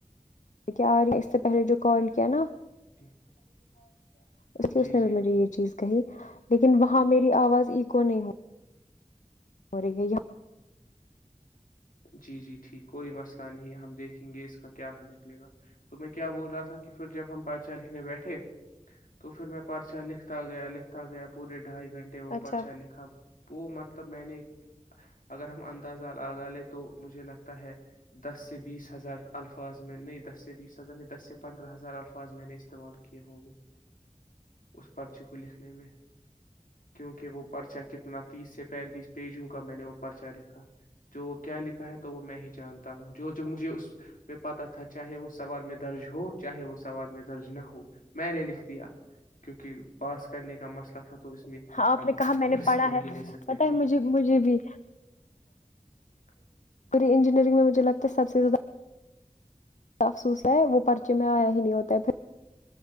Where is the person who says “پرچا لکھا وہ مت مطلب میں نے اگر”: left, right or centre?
Left